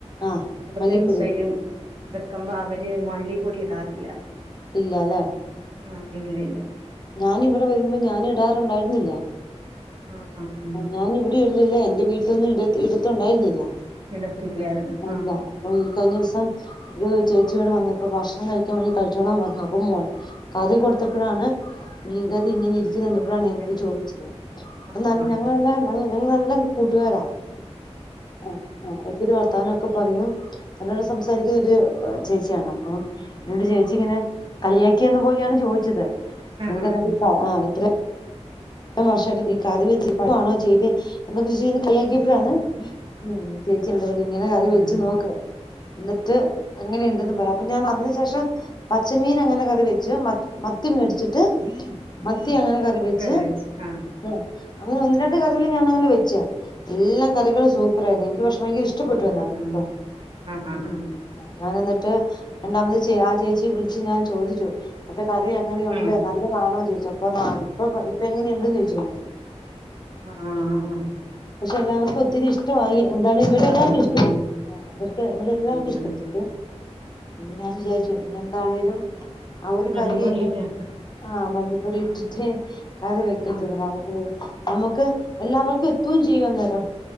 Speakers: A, on the left; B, on the right.
A: ആഹ്
B: കോട്ടയം
A: വല്ലിക്കുഴി
B: സ്റ്റൈല് വെക്കുമ്പോ അവര് മല്ലി പ്പൊടി ഇടാറില്ല
A: ഇല്ലാല്ലേ
B: ആഹ് ഇല്ലില്ല
A: ഞാനിവിടെ വരുമ്പോൾ ഞാന് ഇടാറുണ്ടായിരുന്നില്ല
B: ആഹ് ആഹ് ആഹ്
A: ഞാന് ഇവിടെ ല്ലേ എന്റെ വീട്ടിലൊന്നും ഇടത്തുണ്ടായിരുന്നില്ല
B: ഇടത്തില്ലായിരുന്നു
A: അല്ല
B: ആഹ്
A: അപ്പൊ ഈ കഴിഞ്ഞ ദിവസം ഒരു ചേച്ചി ഇവിടെ വന്നപ്പ ഭക്ഷണം കഴിക്കാൻ വേണ്ടി കഴിച്ചോളൻ പറഞ്ഞു കറി കൊടുത്തപ്പോഴാണ് മീൻകറി ഇങ്ങനെ ഇരിക ന്ന കണ്ടപ്പോഴാണ് എന്നോട്
B: എനി
A: ചോദിച്ചത്
B: ആഹ്
A: എന്നാലും
B: ആഹ്
A: ഞങ്ങളെല്ലാരും നല്ല നല്ല കൂട്ടുകാരാ ആഹ് ആഹ് ഒത്തിരി വർത്താനമൊക്കെ പറയും നല്ലോലം സംസാരിക്കുന്ന ഒരു ചേച്ചിയാണ് അപ്പം എന്നോട് ചേച്ചി ഇങ്ങനെ കളിയാക്കിയന്ന് പോലെയാണ് ചോദിച്ചത്
B: ആഹ്
A: നിനക്കെന്ത
B: ആഹ് ആഹ്
A: ആ ഇത്ര ഇത്രേം വർഷായിട്ട് നീ കറിവെച്ച് പഠിക്കുവാണോ ചെയ്തെ <unintelligible> കളിയാക്കിയപ്പഴാണ് ഉം ചേച്ചി നിങ്ങനെ കറി
B: ഉം
A: വെച്ച് നോക്ക്‌ എന്നിട്ട് എങ്ങനെയുണ്ടന്ന് പറയാം അപ്പൊ ഞാൻ അതിനു ശേഷം പച്ചമീൻ അങ്ങനെ കറി വെച്ച് മ മത്തി മേടിച്ചിട്ട് മ ത്തി അങ്ങനെ കറി വെച്ച്
B: കഴിച്ച് ആഹ്
A: ആ അങ്ങനെ ഒന്ന് രണ്ട്
B: ആഹ്
A: കഥകൾ ഞാൻ <unintelligible> വെച്ചാ എല്ലാ കറികളും സൂപ്പർ ആയിരുന്നു എനിക്ക് പക്ഷെ ഭയങ്കര ഇഷ്ടപ്പെട്ടു
B: സൂപ്പർ
A: എന്നാണ് എനിക്കം
B: ആഹ് ആഹ് ആഹ്
A: ഉം
B: ആഹ്
A: ഞാൻ എന്നിട്ട് രണ്ടാമത് ചേ ആ ചേച്ചിയ വിളിച്ച് ഞാൻ ചോദിച്ചു കറി എങ്ങനെയുണ്ട്
B: ആഹ്
A: നല്ലതാണോ ചോയ്ച്ച് ഇപ്പൊന്നായി ഇപ്പപ്പൊ ഇപ്പൊ എങ്ങനെയുണ്ട്ന്ന് ചോദിച്ചോ ഇങ്ങള്
B: ആഹ് ആഹ് ആഹ്
A: പക്ഷെ എല്ലാവർക്കും ഒത്തിരി ഇഷ്ടമായി എന്താണ്
B: ഇഷ്ടായി
A: ഇവ്ടെ എല്ലാർക്കും ഇഷ്ടപ്പെട്ടു
B: ഉം
A: ഇവർക്ക് ഇവിടെ എല്ലാവർക്കും
B: ഉം
A: ഇഷ്ടപ്പെട്ടു
B: ഉം
A: ഇന്ന് ഞാൻ വിചാരിച്ചു ഇഞ്ഞി എന്താണേലും ആ ഒരു
B: മല്ലിപ്പൊടിയിട്ട്
A: കറിയായ്നു ആ മല്ലിപ്പൊടി ഇട്ടിട്ടേ കറി വെക്കത്തൊള്ളൂ
B: ഉം ഉം
A: <unintelligible> നമുക്ക് എല്ലാവർ എത്തും ചെയ്യന്നേരം